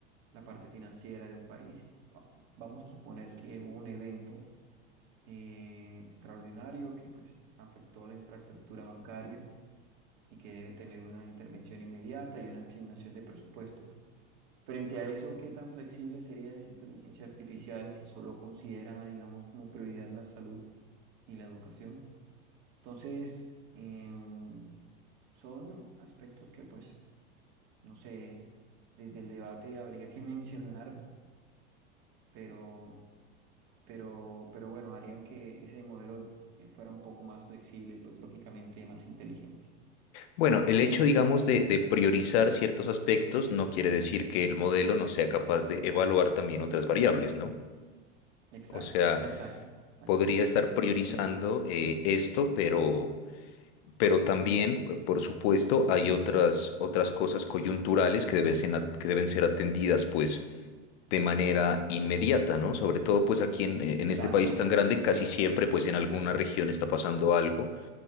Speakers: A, on the right; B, on the left.
A: la parte financiera de un país. Va- Vamos a suponer que hubo un evento eh, extraordinario que pues afectó la infraestructura bancaria y que debe tener una intervención inmediata y una asignación de presupuestos. Frente a eso, ¿qué tan flexible sería esa inteligencia artificial si solo considera, digamos, como prioridad la salud y la educación? Entonces, em, son aspectos que pues, no sé, desde el debate habría que <laughs> mencionar, pero pero, pero bueno, harían que ese modelo eh, fuera un poco más flexible y pues lógicamente más inteligente.
B: Bueno, el hecho, digamos, de, de priorizar ciertos aspectos no quiere decir que el modelo no sea capaz de evaluar también otras variables, ¿no?
A: Exacto,
B: O sea,
A: exacto, exacto.
B: podría estar priorizando
A: Muy bien.
B: eh, esto, pero... Pero también, por supuesto, hay otras, otras cosas coyunturales que deben ser, que deben ser atendidas, pues, de manera inmediata, ¿no? Sobre todo, pues, aquí en, en este
A: Exacto,
B: país tan grande, casi
A: exacto.
B: siempre, pues, en alguna región está pasando algo.